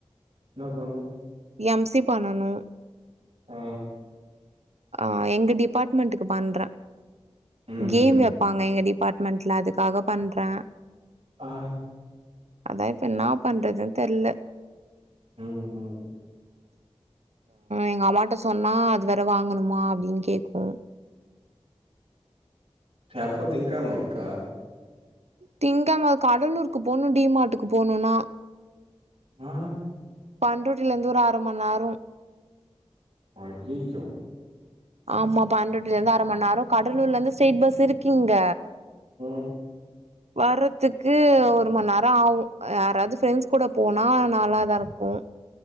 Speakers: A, on the right; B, on the right.
A: இன்னா பண்ணு
B: எம் சி பண்ணணு
A: ஆ
B: ஆ எங்க டிபார்ட்மெண்ட்க்கு பண்றே
A: ம்
B: கேம்
A: ம்
B: வெப்பாங்க எங்க டிப் பார்ட்மெண்ட்ல அதுக்காக பண்றே
A: ஆ
B: அதா இப்ப என்னா பண்றதுன்னு தெரில
A: ம் ம்
B: எங்க அம்மாட்ட சொன்னா அது வேற வாங்கணுமா அப்டின்னு கேக்கு
A: எப்ப திங்கெழம வாங்க்க
B: திங்கெழம கடலூருக்கு போணு டி மார்டுக்கு போணுனா
A: ஆ
B: பன்ரொட்டில இருந்து ஒரு அர மண் நேரோ
A: அய்யய்யோ
B: ஆமா பன்ரொடிட்டில இருந்து அர மண் நேரோ கடலூர்ல இருந்து ஸ்ரைட் பஸ் இருக்கு இங்க
A: ம்
B: வர்றதுக்கு ஒரு மண் நேரம் ஆகும் யாராவ்து ஃப்ரெண்ட்ஸ் கூட போனா நல்லாதாருக்கும்